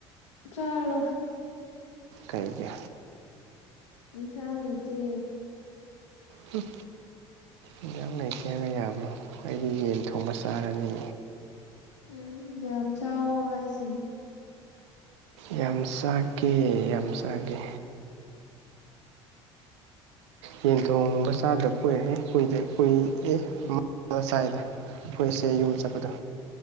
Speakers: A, on the left; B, on the right.
A: ꯆꯥꯔꯔꯣꯏ
B: ꯀꯩꯒꯤ
A: ꯏꯟꯖꯥꯡ ꯂꯩꯇꯦ
B: ꯍꯨꯝ ꯏꯟꯖꯥꯡ ꯂꯩꯇꯦ ꯍꯥꯏꯔꯒ ꯌꯥꯕ꯭ꯔꯣ ꯑꯩꯗꯤ ꯌꯦꯟ ꯊꯣꯡꯕ ꯆꯥꯔꯅꯤ
A: ꯎꯝ ꯌꯥꯝ ꯆꯥꯎꯋꯣ ꯍꯥꯏꯁꯤꯅꯤ
B: ꯌꯥꯝ ꯆꯥꯒꯦ ꯌꯥꯝ ꯆꯥꯒꯦ ꯌꯦꯟ ꯊꯣꯡꯕ ꯆꯥꯗꯕ ꯀꯨꯏꯔꯦꯍꯦ ꯀꯨꯏꯗꯦ ꯀꯨꯏ ꯑꯦ <unintelligible> ꯆꯥꯏꯗ ꯑꯩꯈꯣꯏꯁꯦ ꯌꯨꯝ ꯆꯠꯄꯗꯣ